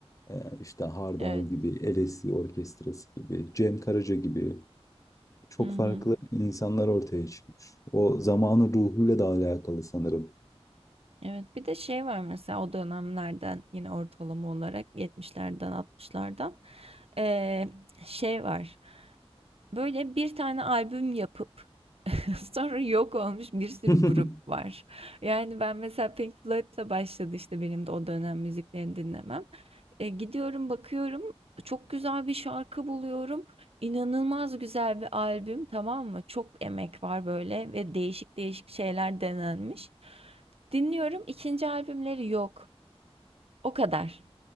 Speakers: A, on the left; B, on the right.
A: e, işte Hardal
B: Evet.
A: gibi, LSD Orkestrası gibi, Cem Karaca gibi çok
B: Hı hı.
A: farklı insanlar ortaya çıkmış. O zamanın ruhuyla da alakalı sanırım.
B: Evet. Bir de şey var mesela o dönemlerden yine ortalama olarak 70'lerden 60'lardan eee, şey var. Böyle bir tane albüm yapıp <laughs> sonra yok olmuş bir sürü
A: <laughs>
B: grup var. Yani ben mesela Pink Floyd'la başladı işte benim de o dönem müziklerini dinlemem. E, gidiyorum, bakıyorum. Çok güzel bir şarkı buluyorum. İnanılmaz güzel bir albüm, tamam mı? Çok emek var böyle ve değişik değişik şeyler denenmiş. Dinliyorum. ikinci albümleri yok. O kadar.